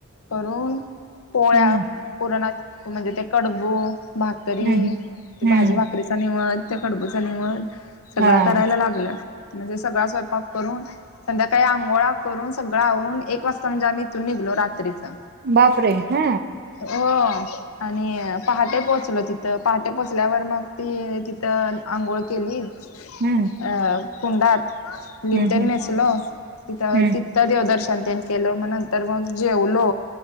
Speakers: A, on the left; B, on the right.
A: करून पोळ्या,
B: हम्म
A: पुरणा म्हणजे ते कडबू, भाकरी
B: हम्म हम्म
A: ते भाजी
B: हम्म
A: भाकरीचा निवद, त्या कडबूचा निवद सगळं
B: हा
A: करायला लागलं. म्हणजे सगळा स्वयंपाक करून संध्याकाळी आंघोळा करून सगळं आवरून एक वाजता म्हणजे आम्ही इथून निघलो रात त्रिचं
B: बापरे हा
A: हो. आणि पहाटे पोहोचलो तिथ पहाटे पो ल्यावर मग ती तिथं आंघोळ केली
B: हम्म
A: अ कुंडात. लिंब
B: हम्म
A: तीन
B: हम्म
A: नेसलो तथ
B: हम्म
A: तीथ देवदर्शनंतन ग केल मग नंतर मग जेवलो